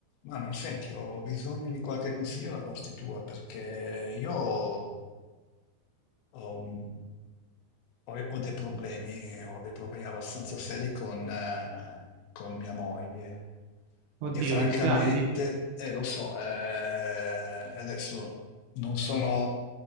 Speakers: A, on the left; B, on the right.
A: Manuel, senti, ho bisogno di qualche consiglio da parte tua perché io ho, ho un- ho- ho dei problemi, ho dei problemi abbastanza seri con, eh, con mia moglie
B: Oddio,
A: e francamente,
B: mi dispiace, dimmi.
A: eh, lo so, eh, adesso non sono